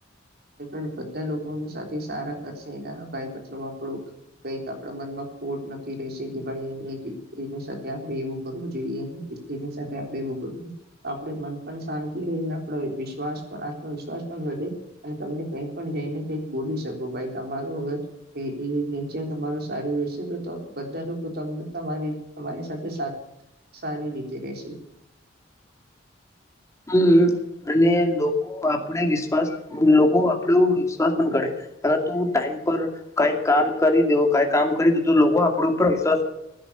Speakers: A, on the right; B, on the left.
A: એ બધા લોકો સાથે સારા કરશે એના ભાઈ મતલબ આપણું. કઈક આપડા મન માં ખોટ નથી રશે કે ભાઈ એની સાથે આપડે એવું કરું. જોઈએ ને તેની સાથે આપડે એવું કરું. આપણે મન પણ શાંતિ રહી આપ વિશ્વાસ પણ આત્મવિશ્વાસ પણ વધે. અને તમને કઈ પણ જઈને કઈક બોલી શકો ભાઈ તમારું અગર. એ એ નેચર તમારું સારું રહેશે તો બધા લોકો તમને તમારી તમારી સાથે સારી સારી રીતે રેશે.
B: હમ અને લોકો આપડે વિશ્વાસ, લોકો આપડે વિશ્વાસ પણ કરે. અગર તું ટાઈમ પર. કઈ કાર કરી દેવ કઈ કામ કરી દે તો લોકો આપ ઉપર વિશ્વાસ.